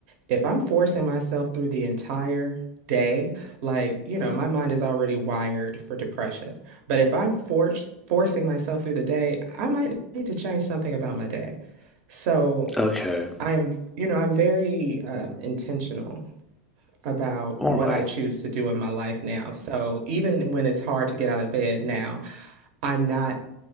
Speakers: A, on the right (about 55°); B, in the centre.
A: if I'm forcing myself through the entire day, like, you know, my mind is already wired for depression. But if I'm forced forcing myself through the day, I might need to change something about my day. So
B: Okay.
A: I am, you know, I'm very um, intentional about
B: All
A: what
B: right.
A: I choose to do in my life now. So even when it's hard to get out of bed now, I'm not,